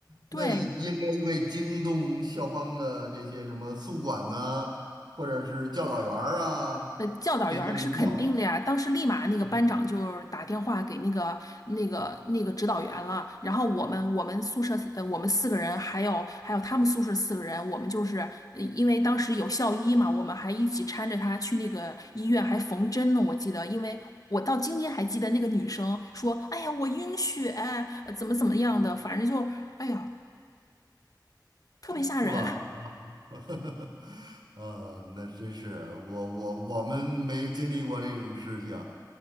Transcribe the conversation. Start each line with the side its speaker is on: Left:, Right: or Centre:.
Left: 对，
Right: 那应该会惊动校方的这些什么宿管呐、或者是教导员儿啊
Left: 呃，教导员儿是肯定的呀。
Right: 这些领导，
Left: 当时立马那个班长就是打电话给那个那个那个指导员了。
Right: <laughs>
Left: 然后我们我们宿舍呃我们四个人，还有还有他们宿舍四个人，我们就是呃因为当时有校医嘛，我们还一起搀着他去那个医院还缝针呢。我记得，因为我到今天还记得那个女生说：“哎呀，我晕血，呃怎么怎么样的，反正就哎呀，特别吓人。”
Right: 是吧？<laughs> 啊，那真是我我我们没经历过这种事情，